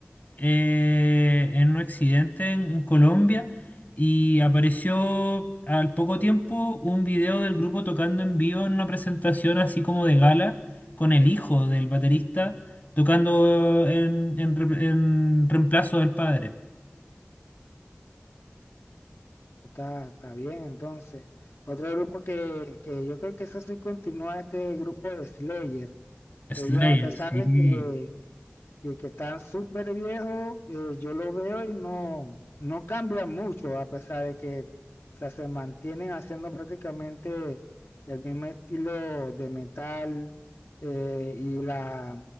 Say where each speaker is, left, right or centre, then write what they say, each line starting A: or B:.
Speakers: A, on the left; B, on the left.
A: eh, en un accidente en, en Colombia y apareció al poco tiempo un video del grupo tocando en vivo en una presentación así como de gala con el hijo del baterista tocando en, en re- en reemplazo del padre.
B: Está, está bien, entonces. Otro grupo que, que yo creo que eso sí continúa, este grupo de Slayer.
A: Slayer,
B: Ellos, a pesar
A: sí,
B: de que que, que está súper viejo, eh, yo lo veo y no, no cambia mucho, a pesar de que o sea, se mantienen haciendo prácticamente el mismo estilo de metal eh, y, la,